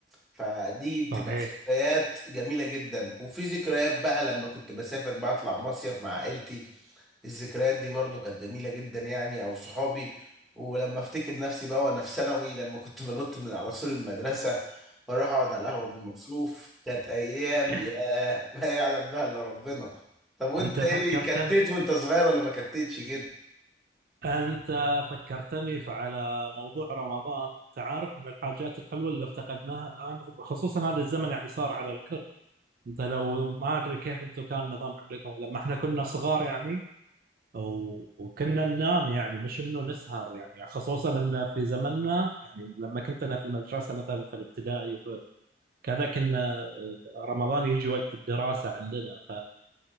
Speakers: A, in the centre; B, on the right (about 55°).
A: فدي بتبقى
B: صحيح
A: ذكريات جميلة جدا وفي ذكريات بقى لما كنت بسافر بطلع مصيف مع عائلتي الذكريات دي برضو كانت جميلة جدا يعني او صحابي ولما افتكر نفسي بقى وانا في ثانوي لما كنت <laughs> بنط من على سور المدرسة واروح اقعد على القهوة بالمصروف كانت ايام
B: <laughs>
A: ياه <laughs> ما يعلم بها الا ربنا طب وانت
B: أنت فكرتني
A: ايه كتت وانت صغير ولا ما كتتش كده
B: أنت فكرتني على موضوع رمضان أنت عارف من الحاجات الحلوة اللي افتقدناها الآن خصوصا هذا الزمن يعني صار على الكل انت لو ما ادري كيف انتم كان النظام عندكم لما احنا كنا صغار يعني و- وكنا ننام يعني مش انه نسهر يعني خصوصا ان في زمننا يعني لما كنت انا في المدرسه مثلا في الابتدائي وفي كذا كنا آه، رمضان يجي وقت الدراسه عندنا